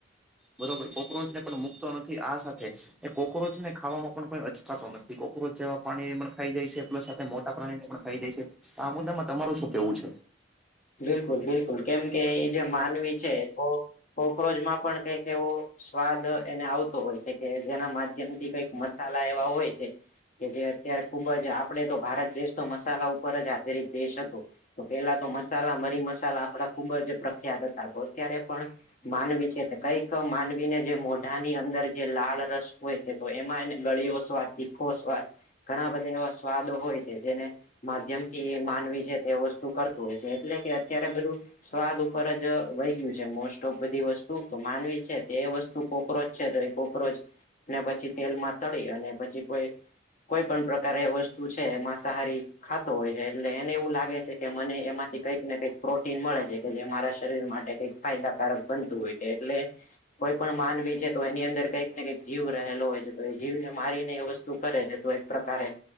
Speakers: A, in the centre; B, on the left (about 45°).
A: બરોબર કોક્રોચ ને પણ મુકતો નથી આ સાથે એ કોક્રોચ ને ખાવામાં પણ કોઈ અચકાતો નથી કોક્રોચ જેવા પ્રાણી ને પણ ખાઈ જાય છે પ્લસ સાથે મોટા પ્રાણીને પણ ખાઈ જાય છે. આ મુદ્દા માં તમારું શું કેવું છે.
B: બિલકુલ બિલકુલ કેમ કે એ જે માનવી છે તો કોક્રોચમાં પણ કઈક એવું સ્વાદ એને આવતો હોય છે કે જેના માધ્યમ થી કઈક મસાલા એવા હોય છે. કે જે અત્યારે ખુબ જ આપણેે તો ભારત દેશ તો મસાલા ઉપર જ આધારિત દેશ હતો. તો પેલા તો મસાલા મરી મસાલા આપડા ખુબ જ પ્રખ્યાત હતા તો અત્યારે પણ માનવી છે કઈક માનવીને જે મોઢાની અંદર જે લાળરસ હોય છે. તો એમાં એને ગળીયો સ્વાદ તીખો સ્વાદ ઘણા બધા એવા સ્વાદો હોય છે જેને માધ્યમ થી માનવી છે તે વસ્તુ કરતું હોય છે. એટલે કે અત્યારે બધું સ્વાદ ઉપર જ વહી ગયું છે મોસ્ટ ઓફ બધી વસ્તુ તો માનવી છે, તે વસ્તુ ઈ કોક્રોચ છે તો એ કોક્રોચ ને પછી તેલમાં તળી અને પછી કોઈ કોઈ પણ પ્રકારે વસ્તુ છે માંસાહારી ખાતો હોય છે, એટલે એને એવું લાગે છે કે મને એમાં કંઈક ને કંઈક પ્રોટીન મળે છે કે જે મારા શરીર માટે કઈક ફાયદાકારક બનતું હોય છે, એટલે કોઈ પણ માનવી છે તો એની અંદર કંઈક ને કંઈક જીવ રહેલો હોય છે તો એ જીવને મારીને એ વસ્તુ કરે છે તો પ્રકારે